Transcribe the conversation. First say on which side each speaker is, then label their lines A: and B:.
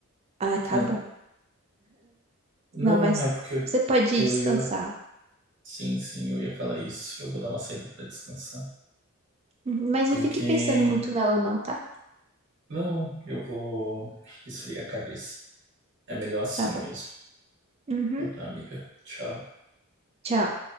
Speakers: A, on the right; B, on the right.
A: Ai, tá
B: Ah,
A: bom.
B: não,
A: Não, mas
B: é porque
A: você pode
B: eu
A: ir descansar.
B: ia Sim, sim, eu ia falar isso. Eu vou dar uma saída para descansar.
A: Uhum, Mas
B: Tenho
A: não fique
B: que.
A: pensando muito nela, não, tá?
B: Não, eu vou esfriar a cabeça. É melhor assim
A: Tá bom.
B: mesmo.
A: Uhum.
B: Bom, tá, amiga. Tchau.
A: Tchau.